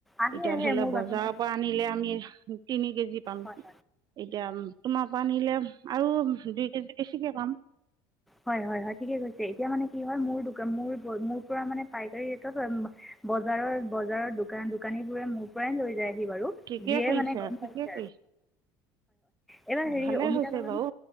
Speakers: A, in the centre; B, on the right.
A: আহে
B: এতিয়া
A: আহে
B: ধৰি লও
A: মোৰ
B: বজাৰৰ
A: বাগানৰ
B: পৰা আনিলে আমি তিনি কেজি পাম
A: হয়
B: এতিয়া তোমাৰ পৰা নিলে আৰু দুই কেজি বেছিকে পাম
A: হয় হয় হয় ঠিকে কৈছে, এতিয়া মানে কি হয় মোৰ মোৰ মোৰ পৰা মানে পাইকাৰী ৰেটত বজাৰৰ বজাৰৰ দ দোকানী বোৰে মোৰ পৰাই লৈ যায় বাৰু
B: ঠিকে
A: যিয়ে
B: কৰিছে
A: মানে গম
B: ঠিকে
A: পাইছে
B: কৰিছে
A: এইবাৰ হেৰি
B: ভালে
A: অমিতা
B: হৈছে
A: বাগান
B: বাৰু